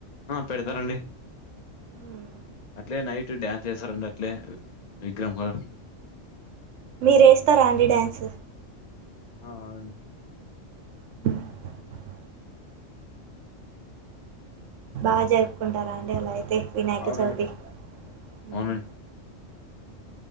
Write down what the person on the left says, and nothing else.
ఆ పెడతారండి
అట్లే నైట్ డ్యాన్స్ చేస్తారండి అట్లే విగ్రహం కాడ
ఆ అవునండి
అవునండి
అవునండి